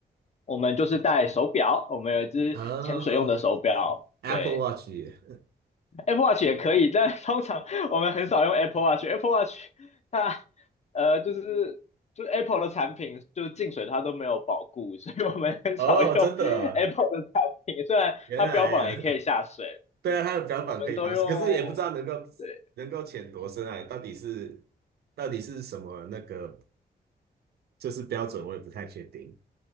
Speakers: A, on the left (about 45°); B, on the right (about 75°).
A: 我们就是戴手表，我们有一只潜水用的手表。
B: 啊 a
A: 对。
B: p p l e Watch。
A: Apple Watch 也可以，但通常我们很少用 Apple Watch。Apple Watch 它呃就是就是 Apple 的产品就是进水它都没有保固，所以我们很少用
B: 哦，真的，
A: Apple 的产品。虽然它标榜也可以下水，
B: 原来呀，<laughs> 对啊，
A: 嗯，
B: 它的标榜可以防水，
A: 我们都用，
B: 可是也不知道能够
A: 对，
B: 能够潜多深啊，到底是到底是什么那个就是标准，我也不太确定。